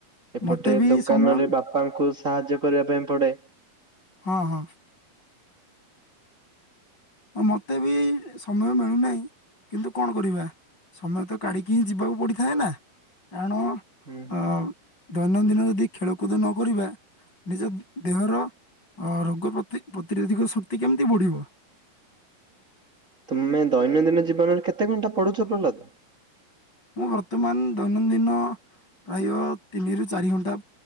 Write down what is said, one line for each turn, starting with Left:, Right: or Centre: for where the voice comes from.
Right: ଏପଟେ
Left: ମତେ ବି
Right: ଦୋକାନରେ
Left: ସମୟ
Right: ବାପାଙ୍କୁ ସାହାଯ୍ୟ କରିବା ପାଇଁ ପଡ଼େ
Left: ହଁ ହଁ। ହଁ ମତେବି ସମୟ ମିଳୁନାହିଁ କିନ୍ତୁ କଣ କରିବା ସମୟତ କାଢିକିହିଁ ଯିବାକୁ ପଡ଼ିଥାଏନା କାରଣ
Right: ହୁଁ।
Left: ଅଁ ଦୈନନ୍ଦିନ ଯଦି ଖେଳକୁଦ ନକରିବା ନିଜ ଦେହର ରୋଗତି ପ୍ରତିରୋଧକ ଶକ୍ତି କେମିତି ବଢ଼ିବ
Right: ତୁମେ ଦୈନନ୍ଦିନ ଜୀବନରେ କେତେ ଘଣ୍ଟା ପଢୁଚ ପ୍ରହ୍ଲାଦ?
Left: ମୁଁ ବର୍ତ୍ତମାନ ଦୈନନ୍ଦିନ ପ୍ରାୟ ତିନିରୁ ଚାରି ଘଣ୍ଟା